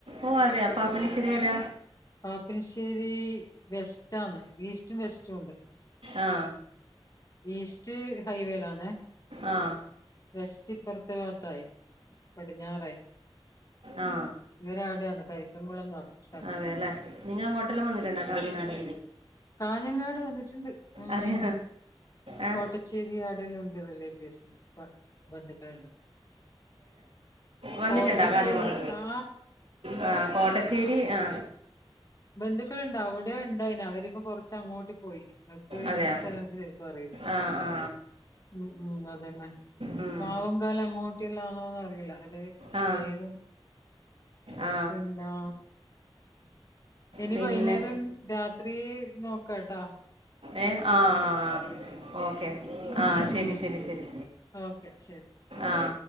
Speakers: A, on the right; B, on the left.
A: ഓ അതെ പാപ്പിനശ്ശേരി എവിട
B: പാപ്പിനശ്ശേരി വെസ്റ്റ് ആന്ന് ഈസ്റ്റും വെസ്റ്റുണ്ട്
A: ആ
B: ഈസ്റ്റ് ഹൈവേലാന്നെ
A: ആ
B: വെസ് റ്റ് ഇപ്പർത്ത ഭാത്തായി പടിഞ്ഞാറായി
A: ആ
B: ഇവരാവിടെയന്ന് കരിക്കൻകുളംന്ന് പറ സ്ഥല
A: അതെല്ലേ നിങ്ങ അങ്ങോട്ടല്ലാം വന്നിട്ടുണ്ട കാഞ്ഞങ്ങാട്
B: കാഞ്ഞങ്ങാട് വന്നിട്ടുണ്ട് ഉം
A: അറിയ ആ
B: കോട്ടച്ചേരി ആടെല്ലാം ഉണ്ട് റിലേറ്റീവ്സ് ബന്ധുക്കളുണ്ട്
A: വന്നിട്ടുണ്ടോ
B: കോട്ടച്ചേരി
A: കാഞ്ഞങ്ങോട്ട
B: ആ
A: ആ കോട്ടച്ചേരി ആ
B: ബന്ധുക്കൾുണ്ട അവിടെ ഉണ്ടായിന് അവരിപ്പ കൊറച്ച് അങ്ങോട്ട് പോയി അപ്പോ
A: അതെയാ
B: എല്ല സ്ഥലം മക്ക് ശരിക്കും അറിയില്ല
A: ആ ആ
B: ഉം ഉം അതന്നെ
A: ഉം.
B: മാവൻ കവല അങ്ങോട്ടില്ലാന്ന അറിയില്ല അത്
A: ആ
B: പേര്
A: ആ
B: പിന്താ ഇനി
A: പിന്നെ
B: വൈുന്നേരം രാത്രി നോക്കട്ടാ
A: ഏ ആഹ ആഹ ഓക്കെ ആഹ ശരി
B: ഉം
A: ശരി ശരി
B: ഓക്കെ ശരി
A: ആഹ